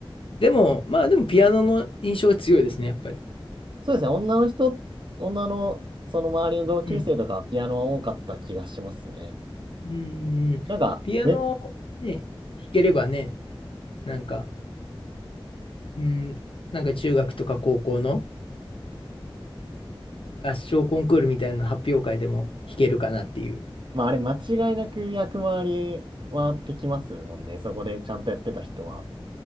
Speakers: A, on the left; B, on the right.
A: でも、まあでもピアノの印象が強いですね、やっぱり。
B: そうですね。女の人、女のその周りの同級生とかはピアノは多かった気がしますね。
A: うん。うん。うんうんピアノね、
B: なんか、め <laughs>
A: 弾ければね、なんか、うん、なんか中学とか高校の合唱コンクールみたいな発表会でも弾けるかなっていう。
B: まああれ間違いなく役回り回ってきますもんね。そこでちゃんとやってた人は。